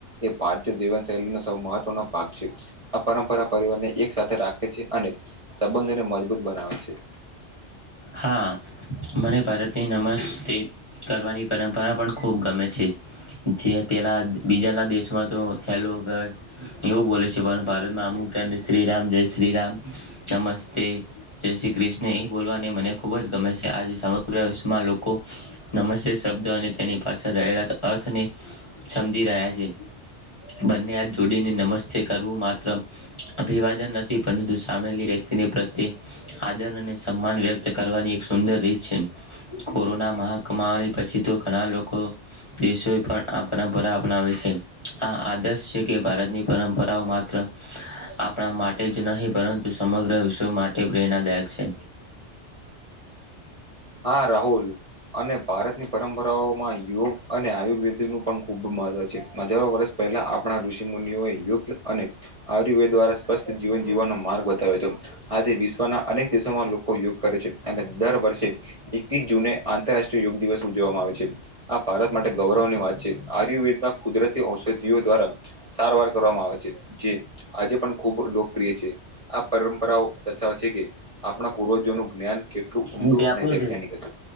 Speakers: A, on the right; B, on the left.
A: એ ભારતીય જીવન શૈલીનો સૌ મહત્વનો પાગ છે આપ પરંપરા પરિવારને એક સાથે રાખે છે અને સંબંધોને મજબૂત બનાવે છે.
B: હા મને ભારતની નમસ્તે કરવાની પરંપરા પણ ખૂબ ગમે છે જે પેલા બીજાના દેશમાં તો હેલો. એવું બોલે છે પણ ભારતમાં અમુક ટાઈમે શ્રીરામ જય શ્રીરામ નમસ્તે. જય શ્રી કૃષ્ણ એ બોલવા મને ખૂબ જ ગમે છે આજે સમગ્ર વિશ્વમાં લોકો નમસ્ શબ્દ અને તેની પાછળ અર્થને સમજી રહ્યા છે બંને હાથ જોડીને નમસ્તે. કરવું માત્ર અભિવાદન નથી પરંતુ સામેલી વ્યક્તિને પ્રત્યે આદર અને સન્માન વ્યક્ત કરવાની એક સુંદર રીત છે કોરોના મહાકમાલ પછી તો ઘણા લોકો દેશો એ પણ આ પરંપરા અપનાવે છે આ આદર્શ છે કે ભારતની પરંપરાઓ માત્ર આપણા માટે જ નહીં પરંતુ સમગ્ર વિશ્વ માટે પ્રેરણાદાયક છે.
A: હા રાહુલ. અને ભારતની પરંપરાઓ માં યોગ અને આયુર્વેદ નું પણ ખુબ મહત્વ છે હજારો વર્ષ પહેલા આપણા ઋષિ મુનિઓ યોગ્ય અને આયુર્વેદ દ્વારા સ્ જીવન જીવવાનો માર્ગ બતાવ્યો હતો આજે વિશ્વના અનેક દેશોમાં લો કો યોગ કરે છે અને દર વર્ષે એકવીસ જૂને આંતરરાષ્ટ્રીય યોગ દિવસ ઉજવવામાં આવે છે. આ ભારત માટે ગૌરવની વાત છે આયુર્વેદમાં કુદરતી ઔષધિઓ દ્વારા સારવાર કરવામાં આવે છે જે આજે પણ ખુબ લોકપ્રિય છે. આ પરંપરાઓ દર્શાવે છે કે આપણા પૂર્વજોનું જ્ઞાન કેટલું ઊંડું
B: હું તે આપડો
A: અને વૈજ્ઞાનિક
B: થે
A: હતું.